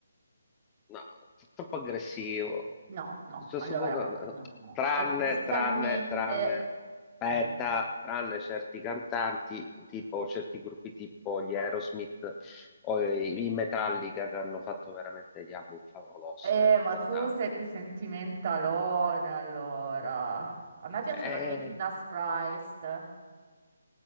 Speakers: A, on the left; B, on the right.
A: No, t- troppo aggressivo.
B: No, no.
A: Cioè,
B: Allora,
A: suppo-
B: no, no.
A: Tranne,
B: Al- musicalmente...
A: tranne, tranne, aspetta,
B: Eh.
A: tranne certi cantanti, tipo certi gruppi tipo gli Aerosmith o i, i Metallica che hanno fatto veramente gli album favolosi
B: Eh,
A: negli
B: ma
A: anni Ottanta.
B: tu sei più sentimentalone, allora. A me piacciono
A: E,
B: anche i Judas Priest.